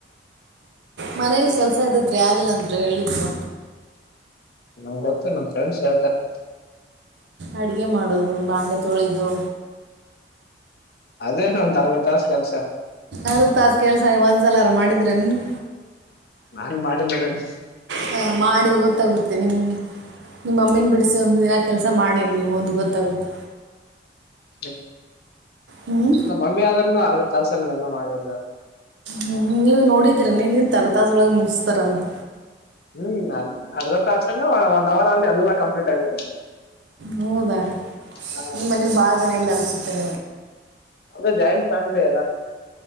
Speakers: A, on the right; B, on the left.
A: ಮನೇಲಿ ಕೆಲಸ ಇದಿದ್ರೆ ಯಾರಿಲ್ಲ ಅಂದರು ಹೇಳಿದ್ರು.
B: ನಂಗ್ ಗೊತ್ತು ನಮ್ ಫ್ರೆಂಡ್ಸ್ ಹೇಳ್ತಾರೆ.
A: ಅಡುಗೆ ಮಾಡೋದು ಬಾಂಡ್ಲೇ ತೊಳೆಯದು.
B: ಅದೇನು ಒಂದ್ ಅರ್ಧ ತಾಸ್ ಕೆಲ್ಸ.
A: ಅರ್ದ್ ತಾಸ್ ಕೆಲ್ಸ ನೀ ಒಂದ್ಸಲರ ಮಾಡಿದ್ರೇನ್ ನೀನು.
B: ನಾನ ಮಾಡಾರಿಲ್ಲ ಕಡೆ.
A: ಹ ಮಾಡಿ ಗೊತ್ತಾಗುತ್ತೆ ನಿಮ್ ನಿಮ್ ಮಮ್ಮಿನ್ ಬಿಡಿಸಿ ಒಂದ್ ದಿನ ಕೆಲಸ ಮಾಡಿ ನೀವು ಒಂದು ಗೊತ್ತಾಗುತ್ತೆ.
B: ಹ್ಮ
A: ಹ್ಮ್
B: ನಮ್ಮ ಮಮ್ಮಿ ಆದ್ರನು ಅರ್ಧ ತಾಸಲ್ಲೆಲ್ಲಾ ಮಾಡ್ಬಿಡ್ತಾರೆ.
A: ಹ್ಮ್ ನೀವ ನೋಡಿದ್ರೇರಿ ನೀನ್ ತರತಾಸ ಒಳಗೆ ಮುಗಿಸ್ತಾರಂತ.
B: ಹ್ಮ್ ಅ ಅರ್ಧ ತಾಸಾನ ಒನ್ ಅವರ್ ಅಲ್ಲಿ ಎಲ್ಲ ಕಂಪ್ಲೀಟ್ ಆಗಿಬಿಡುದು.
A: ಹೌದಾ
B: ಹ
A: ನಿನ್ ಮನೇಲಿ ಬಾಳ ಜನ ಇಲ್ಲ ಅನ್ಸುತ್ತೆ.
B: ಅಂದ್ರೇ ಜಾಯಿಂಟ್ ಫ್ಯಾಮಿಲಿ ಎಲ್ಲಾ